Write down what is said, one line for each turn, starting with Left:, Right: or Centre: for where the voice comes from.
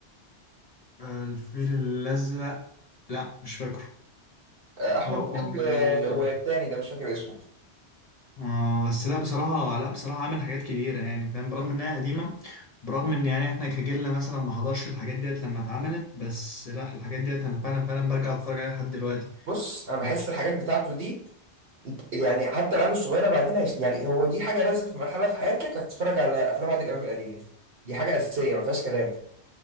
Left: آه الفيل الازرق لا مش فاكره
Right: آه احمد
Left: هو
Right: مكي
Left: هو
Right: و- والتاني ده مش فاكر اسمه
Left: آه بس لا بصراحة لا بصراحة عامل حاجات كبيرة يعني فاهم برغم إنها قديمة برغم إن يعني إحنا كجيلنا مثلا ما حضرش الحاجات ديت لما اتعملت بس لا الحاجات ديت أنا فعلا فعلا برجع أتفرج عليها لحد دلوقتي
Right: بص انا بحس
Left: لا،
Right: الحاجات بتاعته دي يعني حتى العيال الصغيره بعدين هيش- يعني هو دي حاجه لازم في مرحله في حياتك هتتفرج على افلام عادل امام القديمه دي حاجه اساسيه ما فيهاش كلام